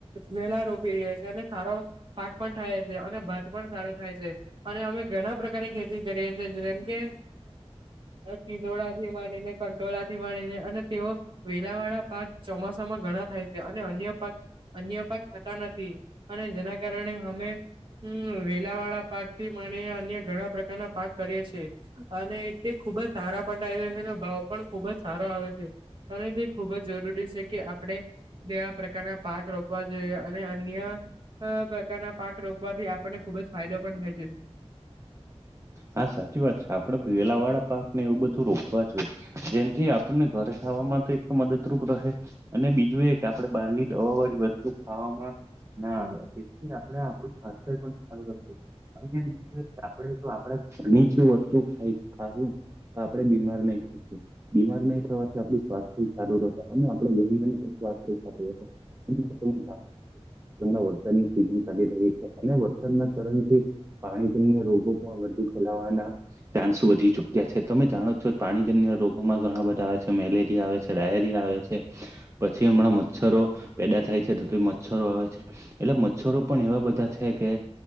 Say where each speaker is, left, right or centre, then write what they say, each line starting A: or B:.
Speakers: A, on the right; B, on the right.
A: વેલા રોપી રહ્યા છીએ અને સારો પાક પણ થાય છે અને ભાત પણ સારો થાય છે. અને અમે ઘણા પ્રકારની ખેતી કરીએ જેમ કે તિલોડા થી મળીને કંટોળ થી મળીને અને તેઓ વેલાવાળા પાક ચોમાસામાં ઘણા થાય છે અને અન્ય પાક અન્ય પાક થતા નથી અને જેના કારણે અમે અમ્મ વેલા વાળા પાક થી માણે અન્ય ઘણા પ્રકારના પાક કરીે છે અને તે ખુબ જ સારા પણાય છે અને ભાવ પણ ખુબ જ સારો આવે છે. અને તે ખૂબ જ જરૂરી છે કે આપણે દેવા પ્રકારના પાક રોપવા જોઈએ અને અન્ય આ પ્રકારના પાક રોકવાથી આપણને ખુબ જ ફાયદો પણ થાય છે.
B: હા સાચી વાત છે આપડે વેલા વાળા પાક ને એવું બધું રોકવા જોઈએ. જેથી આપણને ઘરે ખાવામાં તો એક મદદરૂપ રહે. અને બીજું એ આપણે બહારની હવા વાળી વસ્તુ ખાવામાં. હા આવ્યા તેથી આપણે આપણું સ્વાસ્થ્ય પણા <unintelligible> આપ જો આપણે ઘરની વસ્તુ ખ ખાશું તો આપડે બીમાર નહી પડીશું. બીમાર નહીં થવાથી આપણું સ્વાસ્થ્ય સારું રહે અને આપડ જરી પણ સ્વાસ્થ્ય સારું રહે. <unintelligible> હમણા વરસાદની સીઝન ચાલી રહી છે અને વરસાદના કારણથી પાણી પીને રોગ. <unintelligible> ચાન્સ વધી ચુક્યા છે. તમે જાણો છો પાણીજન્ય રોગોમાં ઘણા બધા આવે છે. મેલેરિયા આવે છે. ડાયરિયા આવે છે. પછી હમણાં મચ્છરો પેદા થાય છે. તો મચ્છરો આવે છે. એટલે મચ્છરો પણ એવા બધા છે કે